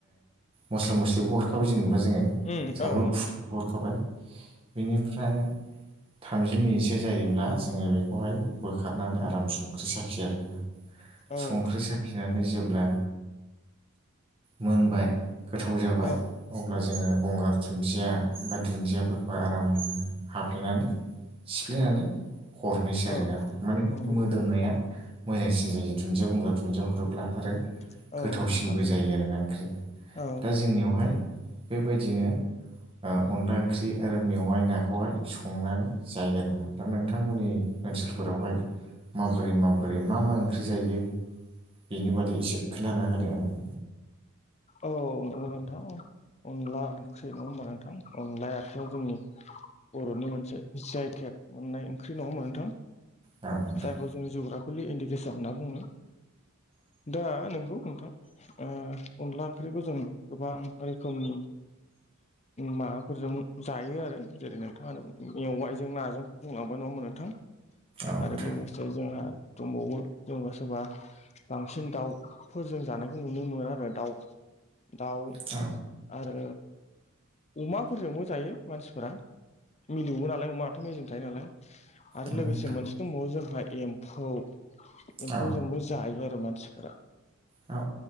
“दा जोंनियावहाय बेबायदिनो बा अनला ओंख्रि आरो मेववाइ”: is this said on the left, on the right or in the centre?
Right